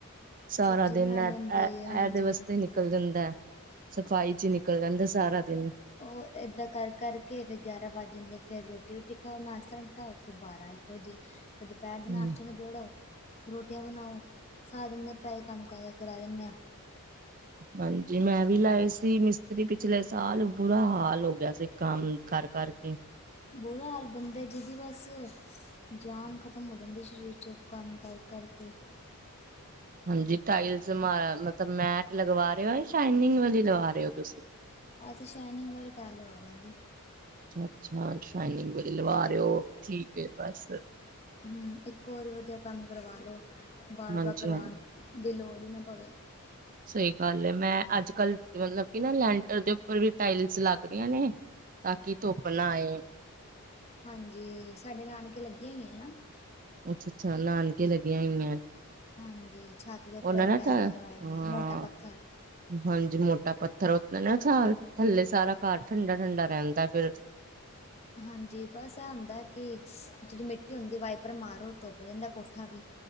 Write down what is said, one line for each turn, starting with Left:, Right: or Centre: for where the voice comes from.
Right: ਸਾਰਾ
Left: ਸਬਜ਼ੀ
Right: ਦਿਨ
Left: ਬਣਾਉਣੀ
Right: ਐ
Left: ਹੁੰਦੀ
Right: ਐ
Left: ਹੈ ਹਾਂਜੀ
Right: ਐਦੇ ਵਾਸਤੇ ਨਿਕਲ ਨਿਕਲ ਜਾਂਦੈ ਸਫ਼ਾਈ ਚੀ ਨਿਕਲ ਜਾਂਦੈ ਸਾਰਾ ਦਿਨ।
Left: ਔਰ ਏਦਾਂ ਕਰ ਕਰਕੇ ਫੇਰ ਗਿਆਰਾਂ ਵੱਜ ਜਾਂਦੇ ਫੇਰ ਰੋਟੀ ਰੁੱਟੀ ਖਾਓ ਨਾਸ਼ਤਾ ਓ ਫੇਰ ਬਾਰਾ ਇੱਕ ਵਜੇ ਫੇਰ ਦੁਪੇਰ ਦਾ
Right: ਹੂੰ,
Left: ਨਾਸ਼ਤਾ ਨਬੇੜੋ ਫੇਰ ਰੋਟੀਆਂ ਬਨਾਓ ਸਾਰੇ ਦਿਨ ਦੇ ਪਏ ਕੰਮ ਕਰ ਕਰ ਕੇ ਰੈ ਜਾਨੇ ਆਂ।
Right: ਹਾਂਜੀ ਮੈਂ ਵੀ ਲਾਏ ਸੀ ਮਿਸਤਰੀ ਪਿਛਲੇ ਸਾਲ ਬੁਰਾ ਹਾਲ ਹੋ ਗਿਆ ਸੀ। ਕੰਮ ਕਰ ਕਰ ਕੇ।
Left: ਬੁਰਾ ਹਾਲ ਬੰਦੇ ਜੀ ਦੀ ਬਸ ਜਾਨ ਖਤਮ ਹੋ ਜਾਂਦੀ ਸ਼ਰੀਰ ਚੋ ਕੰਮ ਕਰ ਕਰ ਕੇ।
Right: ਹਾਂਜੀ, ਟਾਇਲਸ ਮਤਲਬ ਮੈਟ ਲਗਵਾ ਰਹੇ ਓ, ਯਾ ਸ਼ਾਈਨਿੰਗ ਵਾਲੀ ਲਵਾ ਰਹੇ ਓ ਤੁਸੀਂ?
Left: ਅਸੀਂ ਸ਼ਾਈਨਿੰਗ ਵਾਲੀ ਟਾਇਲ ਲਵਾ ਰਹੇ ਆਂ ਜੀ।
Right: ਅੱਛਾ-ਅੱਛਾ, ਸ਼ਾਈਨਿੰਗ ਲਵਾ ਰਹੇ ਓ, ਠੀਕ ਏ ਬਸ।
Left: ਹੂੰ, ਇੱਕੋ ਵਾਰੀ ਵਧੀਆ ਕੰਮ ਕਰਵਾਲੋ, ਬਾਰ-ਬਾਰ
Right: ਹਾਂਜੀ-ਹਾਂਜੀ।
Left: ਕਰਵਾਉਣ ਦੀ ਲੋੜ ਈ ਨਾ ਪਵੇ।
Right: ਸਹੀ ਗੱਲ ਐ, ਮੈਂ ਅੱਜ-ਕੱਲ ਮਤਲਬ ਕਿ ਨਾ ਲੈਂਟਰ ਦੇ ਉੱਪਰ ਵੀ ਟਾਇਲਸ ਲੱਗ ਰਹੀਆਂ ਨੇ। ਤਾਂ ਕਿ ਧੁੱਪ ਨਾ ਆਏ।
Left: ਹਾਂਜੀ, ਸਾਡੇ ਨਾਣਕੇ ਲੱਗੇ ਅਈਆ ਏਨਾ।
Right: ਅੱਛਾ-ਅੱਛਾ ਨਾਣ ਲੱਗੀਆਂ ਹੋਈਆਂ,
Left: ਹਾਂਜੀ ਛੱਤ ਦੇ ਉੱਪਰ
Right: ਉਹਨਾਂ ਨਾ
Left: ਟੈਲਾਂ
Right: ਤਾਂ,
Left: ਲਵਾਈ ਦੀ
Right: ਹਾਂ।
Left: ਮੋਟਾ ਪੱਥਰ
Right: ਹਾਂਜੀ, ਮ੍ਹੋਟਾ ਪੱਥਰ ਉਤੇ ਨਾ ਥਾਲ, ਥੱਲੇ ਸਾਰਾ ਘਰ ਠੰਡਾ-ਠੰਡਾ ਰਹਿੰਦਾ ਫੇਰ।
Left: ਹਾਂਜੀ, ਬਸ ਆ ਹੁੰਦਾ ਕਿ ਜਿਹੜੀ ਮਿੱਟੀ ਹੁੰਦੀ ਵਾਈਪਰ ਮਾਰੋ ਧੁੱਪ ਹੋ ਜਾਂਦਾ ਕੋਠਾ ਵੀ,